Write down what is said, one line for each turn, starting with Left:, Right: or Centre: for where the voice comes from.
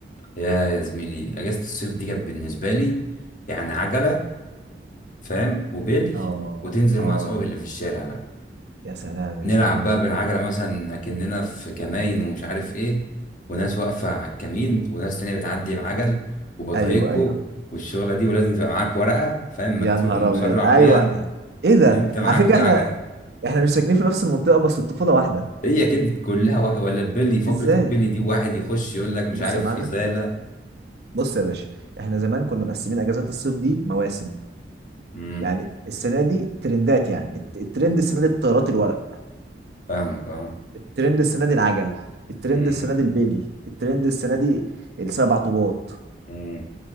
Left: يا يا زميلي اجازه الصيف دي كانت بالنسبه لي يعني عجله فاهم وبيلي
Right: اه
Left: وتنزل
Right: اه
Left: مع اصحابك اللي في الشارع بقى
Right: يا سلام يا
Left: نلعب
Right: سلام
Left: بقى بالعجله مثلا اكننا في كماين ومش عارف ايه وناس واقفه على الكمين وناس تانية بتعدي بعجل وبطايقكو
Right: ايوه ايوه
Left: والشغله دي ولازم تبقى معاك ورقه فاهم
Right: يا
Left: مكتوب
Right: نهار
Left: مصرح
Right: ابيض ايوه
Left: بيها ان
Right: ايه ده
Left: إن انت معاك
Right: على فكرة
Left: عجل
Right: احنا احنا مش ساكنين في نفس المنطقة بس الطفولة واحدة
Left: هي كده كلها واحد ولا البلي فقرة
Right: ازاي
Left: البلي دي واحد يخش يقول لك مش
Right: بص
Left: عارف
Right: يا معلم
Left: إزالة
Right: بص يا باشا احنا زمان كنا مقسمين اجازات الصيف دي مواسم
Left: امم
Right: يعني السنة دي ترندات يعني الت- الترند السنة دي الطيارات الورق
Left: فاهمك اه
Right: الترند السنة دي العجل الترند
Left: امم
Right: السنة دي البيلي الترند السنة دي السبع طوبات
Left: امم